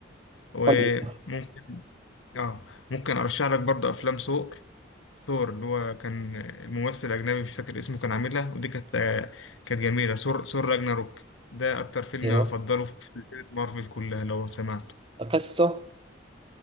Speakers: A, on the left; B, on the right.
A: وممكن
B: قل لي
A: اه ممكن ارشح لك برضو افلام سور ثور اللي هو كان الممثل الأجنبي مش فاكر اسمه كان عاملها ودي كانت آه، كانت جميلة ثور ثور راجناروك ده أكتر فيلم
B: ايوه
A: أفضله في سلسلة مارفل كلها لو سمعته
B: قصته